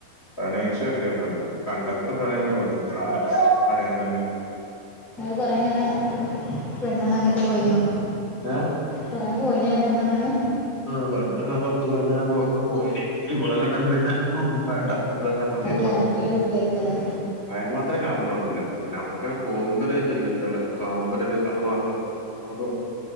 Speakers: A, on the left (about 20°); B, in the centre.
A: പ്രണയിച്ചു കെട്ടിയൊന്നു അല്ല കണ്ടത്ര പ്രണയം തോന്നി ആ ഒരു പ്രണയം തന്നെ
B: ഇങ്ങള് കൊറെ ഇങ്ങനെ പെണ്ണാണാനൊക്കെ പോയിനോ
A: ഏഹ്
B: കൊറേ പോയിനേനോ പെണ്ണണാന്
A: ആഹ് പെണ്ണ് കാണാൻ പത്ത് പതിനഞ്ചെണ്ണം ഒക്കെ പോയിന് ഇവളെ കണ്ടപ്പൊ പിന്നെ ഒന്നും വേണ്ട ഓളന്നെ മതിയന്ന്
B: നല്ല ഗ്ലാമറുള്ള
A: പറഞ്
B: കുട്ടിയായിരിക്കല്ലേ
A: അയന് മാത്രം കായമ്പൊന്നുല്ല പിന്നെ അമ്മക്കനെ തോന്നുമ്പോ ഒരു ഇതിണ്ടല്ലോ കാണുമ്പോ ഒരു ഇത് അത് മാത്രം അപ്പൊ തോന്നി